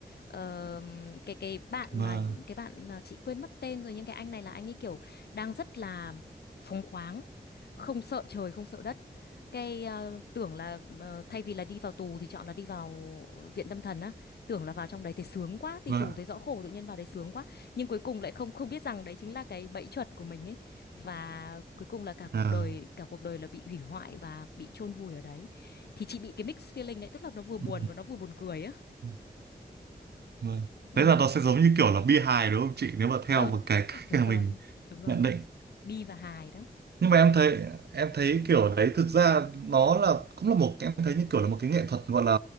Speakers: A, on the left (about 80°); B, on the right (about 80°).
A: Ờ, cái cái bạn
B: vâng
A: mà cái bạn à, chị quên mất tên rồi nhưng cái anh này là anh ấy kiểu đang rất là phóng khoáng không sợ trời không sợ đất cái à, tưởng là ờ, thay vì là đi vào tù thì chọn là đi vào viện tâm thần á tưởng là vào trong đấy thì sướng quá đi
B: vâng
A: tù
B: ạ
A: thấy rõ khổ tự nhiên vào đấy sướng quá nhưng cuối cùng lại không không biết rằng đấy chính là cái bẫy chuột của mình ấy và cuối cùng là cả cuộc
B: à,
A: đời cả cuộc đời là bị hủy hoại và bị chôn vùi ở đấy thì chị bị cái mixed feeling đấy tức là nó vừa buồn
B: Ừ,
A: và nó vừa buồn cười á
B: ừ, vâng
A: ừ
B: thế là nó sẽ giống như kiểu là bi hài đúng không chị nếu mà theo
A: ờ
B: một
A: <laughs>
B: cái cách
A: đúng
B: mà
A: rồi
B: mình
A: đúng rồi
B: nhận định
A: bi và hài đó
B: nhưng mà em thấy em thấy kiểu đấy thực ra nó là cũng là một em thấy như kiểu là một cái nghệ thuật gọi là